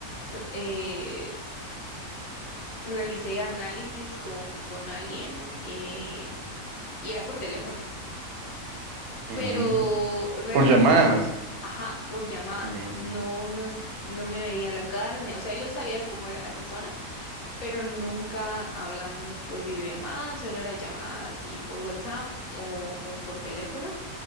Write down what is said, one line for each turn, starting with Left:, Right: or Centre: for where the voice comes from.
Left: re- eh, realicé análisis con, con alguien eh, y era por teléfono.
Right: ujú.
Left: pero realmente
Right: Por llamada.
Left: nos, ajá, por llamada,
Right: Ujú,
Left: no nos, no me veía la cara, ni- o sea, yo sabía cómo era la persona, pero nunca hablamos por videollamada, solo era llamada así por WhatsApp o, o por teléfono